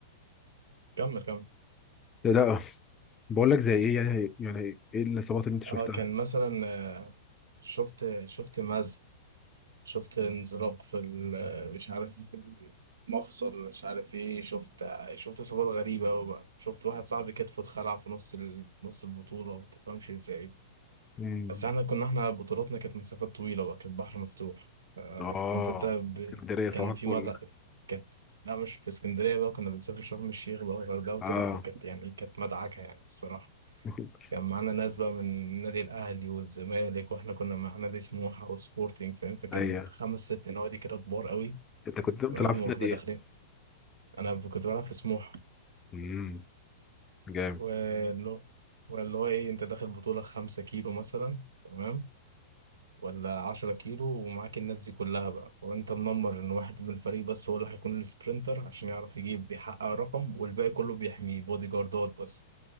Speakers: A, on the right; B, on the left.
A: كمل كمل
B: لا بقول لك زي ايه يعني يعني ايه الاصابات اللي انت شفتها
A: اه كان مثلا آه، شفت شفت مزق شفت انزلاق في ال- آه، مش عارف في المفصل مش عارف ايه شفت آه، شفت اصابات غريبه قوي بقى شفت واحد صاحبي كتفه اتخلع في نص ال... في نص البطوله ما تفهمش ازاي
B: مم.
A: بس احنا كنا احنا بطولاتنا كانت مسافات طويله بقى كانت بحر مفتوح آه،
B: اه
A: كنت انت ب...
B: اسكندرية صباح
A: كان
B: الفل
A: في مدى كانت لا مش في اسكندريه بقى كنا بنسافر شرم الشيخ بقى والغردقه وكده
B: اه
A: فكانت يعني كانت مدعكه يعني الصراحه
B: <laughs>
A: كان معانا ناس بقى من النادي الأهلي والزمالك وإحنا كنا مع نادي سموحة وسبورتنج فاهم فكان
B: ايوه
A: خمس ست نوادي كده كبار قوي
B: انت كنت بتلعب
A: تمام
B: في
A: وإحنا
B: نادي ايه
A: داخلين أنا ب- كنت بلعب في سموحة
B: امم جامد
A: واللي هو واللي هو إيه أنت داخل بطولة خمسة كيلو مثلا تمام ولا عشرة كيلو ومعاك الناس دي كلها بقى فأنت منمر إن واحد من الفريق بس هو اللي هيكون السبرينتر عشان يعرف يجيب بيحقق رقم والباقي كله بيحميه بودي جاردات بس